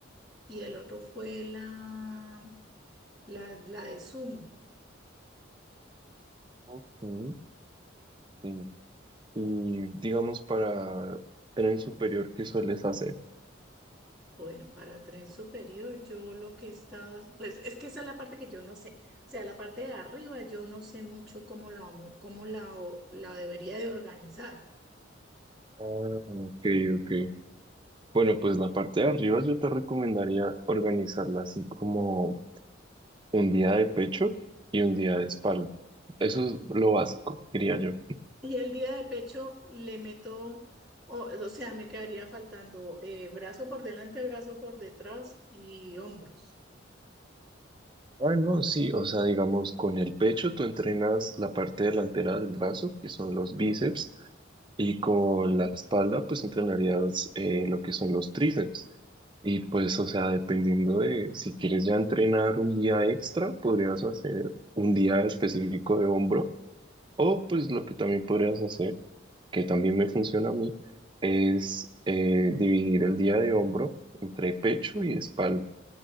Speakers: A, in the centre; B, on the right.
A: y el otro fue la, la, la de sumo.
B: Ok. sí. Y digamos para tren superior, ¿qué sueles hacer?
A: Bueno, para tren superior, yo lo que estaba, pues es que esa es la parte que yo no sé. O sea, la parte de arriba, yo no sé mucho cómo la, vamo- cómo la, o- la debería de organizar.
B: Ah, ok, ok. Bueno, pues la parte de arriba yo te recomendaría organizarla así como un día de pecho y un día de espalda. Eso es lo básico, diría yo.
A: Y el día de pecho le meto, o, o sea, me quedaría faltando eh, brazo por delante, brazo por detrás y hombros.
B: Bueno, sí, o sea, digamos, con el pecho tú entrenas la parte delantera del brazo, que son los bíceps, y con la espalda, pues entrenarías eh, lo que son los tríceps. Y pues, o sea, dependiendo de si quieres ya entrenar un día extra, podrías hacer un día específico de hombro, o pues lo que también podrías hacer, que también me funciona a mí, es eh, dividir el día de hombro entre pecho y espalda.